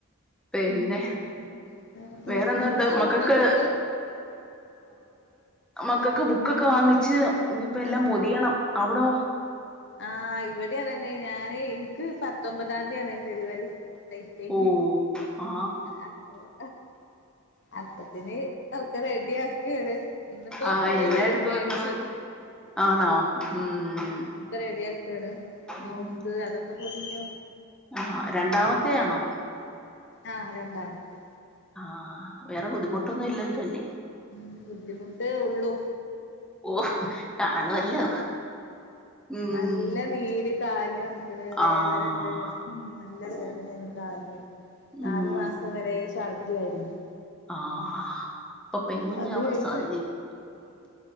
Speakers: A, in the centre; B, on the left (about 55°).
A: പിന്നെ
B: പിന്നെ വേറെന്താ
A: വേറെന്തുണ്ട്
B: മക്കള്
A: മക്കൾക്ക്
B: മക്കള്
A: മക്കക്ക് ബുക്കൊക്കെ വാങ്ങിച്ച് ഇനിയിപ്പോ എല്ലാം
B: ആഹ്
A: പൊതിയണം അവിടോ
B: ആഹ് ഇവിടെയതന്നെ ഞാനെ ക്ക് പത്തൊമ്പതാം തീയതിയാണ് ഡെലിവറി ടെയ്റ്റെ
A: ഓ ആ
B: അ ഓ അപ്പത്തിന് ഒക്കെ റെഡിയാക്കുവാണ് ഇന്നിപ്പോ
A: ആ
B: പോയി
A: എല്ലായിടത്തും
B: വെ മേടിച്ചു
A: വെക്കണല്ലോ ആണോ ഉം
B: ഉ ഒക്കെ റെഡി ആക്കാണ് ന്ന
A: ഉം
B: ബുക്ക് അതൊക്കെ പൊതിഞ്ഞു
A: ആ രണ്ടാമത്തെ ആണോ?
B: ആ രണ്ടാമത്തെ
A: ആഹ് വേറെ ബുദ്ധിമുട്ടൊന്നും ഇല്ലല്ലല്ലേ
B: ഉ ബുദ്ധിമുട്ടെ ഉള്ളൂ
A: ഓ കാണുവല്ലോ ഉം
B: നല്ല നീര് കാലിനു അതേ വേദന
A: ആഹ്
B: ഇണ്ട് നല്ല
A: ഓ
B: വേദനയാണ് കാലിന് നാലു
A: ഉം
B: മാസം വരെ ശർ ബിസിയായിരുന്നു
A: ആഹ് അപ്പ പെൺ കുഞ്ഞാവാൻ
B: അത് കഴിച്ച്
A: സാധ്യതയുണ്ട്